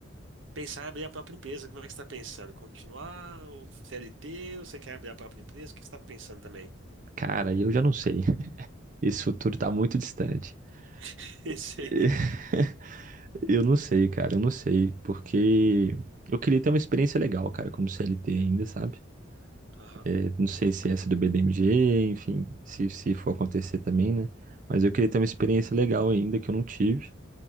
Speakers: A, on the right; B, on the right.
A: Pensar em abrir a própria empresa, como é que você está pensando? Continuar ou CLT? Ou você quer abrir a própria empresa? O que que você está pensando também?
B: Cara, eu já não sei. Esse futuro tá muito distante.
A: <laughs> Esse
B: <laughs>
A: aí.
B: Eu não sei, cara, eu não sei, porque eu queria ter uma experiência legal, cara, como CLT ainda, sabe?
A: Aham.
B: É, não sei se essa do BDMG, enfim, se, se for acontecer também, né? Mas eu queria ter uma experiência legal ainda que eu não tive.